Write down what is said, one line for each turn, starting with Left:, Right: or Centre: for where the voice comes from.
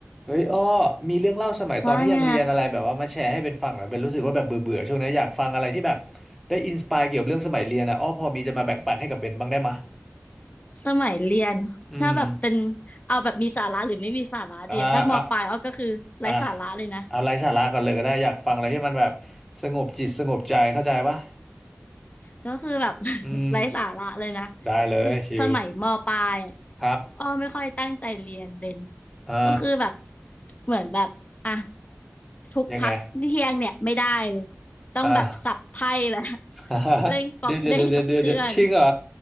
Centre: เฮ้ยอ้อมีเรื่องเล่าสมัยตอนที่ยังเรียนอะไรแบบว่ามาแชร์ให้เป็นฟังหน่อยเป็นรู้สึกว่าแบบเบื่อเบื่อช่วงนี้อยากฟังอะไรที่แบบ
Left: ว่าไง
Centre: ได้อินสปายเกี่ยวกับเรื่องสมัยเรียนนะอ้อพอมีจะมาแบ่งปันให้กับเบนบ้างได้มะ
Left: สมัยเรียนเหรอถ้าแบบเป็น
Centre: อืม
Left: เอาแบบมีสาระหรือไม่มีสาระเดียถ้ามปลายอ้อก็คือไร้สาระเลยนะ
Centre: อ่าอ่าอ่าเอาไร้สาระก่อนเลยก็ได้อยากฟังอะไรที่มันแบบสงบจิตสงบใจเข้าใจปะ
Left: ก็คือแบบ <laughs>
Centre: อืม
Left: ไร้สาระเลยนะ
Centre: ได้เลยชิล
Left: คือสมัยมปลายอ่ะ
Centre: ครับ
Left: อ้อไม่ค่อยตั้งใจเรียนเบน
Centre: อ่า
Left: ก็คือแบบเหมือนแบบอ่ะทุกพักเที่ยงเนี่ยไม่ได้เลย
Centre: ยังไง
Left: ต้องแบบสับไพ่แล้ว
Centre: อ่า
Left: <laughs>
Centre: <laughs>
Left: เล่นป๊อกเด้งกับเพื่อน
Centre: เดี๋ยวเดี๋ยวเดี๋ยวเดี๋ยวเดี๋ยวจริงเหรอ